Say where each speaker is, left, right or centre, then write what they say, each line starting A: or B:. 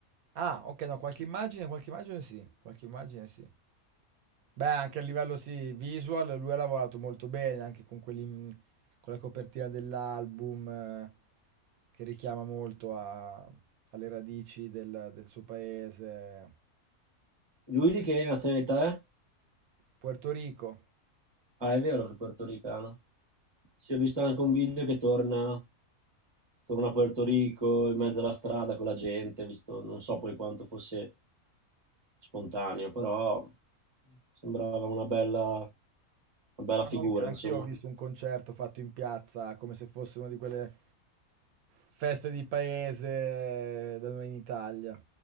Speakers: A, on the right; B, on the right.
A: Ah, ok, no, qualche immagine, qualche immagine sì, qualche immagine sì. Beh, anche a livello sì, visual, lui ha lavorato molto bene, anche con quelli, mm, con la copertina dell'album, eh, che richiama molto a- alle radici del, del suo paese,
B: Lui di che nazionalità è?
A: Puerto Rico.
B: Ah, è vero che è portoricano. Sì, ho visto anche un video che torna, torna a Puerto Rico in mezzo alla strada con la gente, ho visto, non so poi quanto fosse spontaneo, però sembrava una bella, una bella
A: Fanno
B: figura,
A: anche- Anch'io
B: insomma.
A: ho visto un concerto fatto in piazza, come se fosse una di quelle feste di paese da noi in Italia.